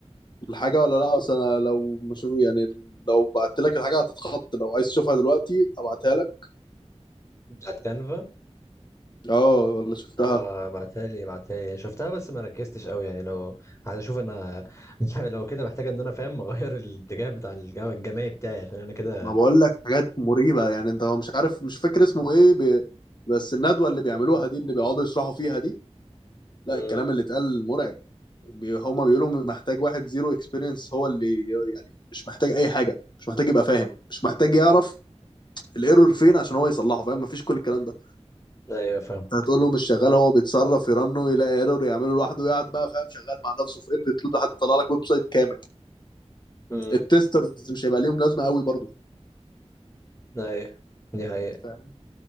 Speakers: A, on the left; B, on the left.
A: الحاجة ولا لا بس انا لو مش يعني لو بعت لك الحاجة هتتخض لو عايز تشوفها دلوقتي ابعتها لك
B: بتاعت كانفا
A: اه والله شفتها
B: اه ابعتها لي ابعتها لي شفتها بس ما ركزتش قوي يعني لو عايز اشوف انا <laughs> لو كده محتاج ان انا فاهم <laughs> اغير الاتجاه بتاع الجام- الجماعي بتاعي عشان انا كده
A: ما بقول لك حاجات مريبة يعني انت مش عارف مش فاكر اسمه ايه ب... بس الندوة اللي بيعملوها دي اللي بيقعدوا يشرحوا فيها دي لا
B: امم
A: الكلام اللي اتقال مرعب بي... هما بيقولوا محتاج واحد زيرو اكسبيرينس هو اللي يعني مش محتاج اي حاجة مش محتاج يبقى فاهم مش محتاج يعرف الايرور فين عشان هو يصلحه فاهم مفيش كل الكلام ده
B: ايوه فاهم
A: هتقول له مش شغال هو بيتصرف يرنه يلاقي ايرور يعمله لوحده يقعد بقى فاهم شغال مع نفسه في ايرفي تلود لحد يطلع لك ويب سايت كامل
B: امم
A: التسترز مش هيبقى ليهم لازمه قوي برضو
B: ايوه دي حقيقة
A: فاهم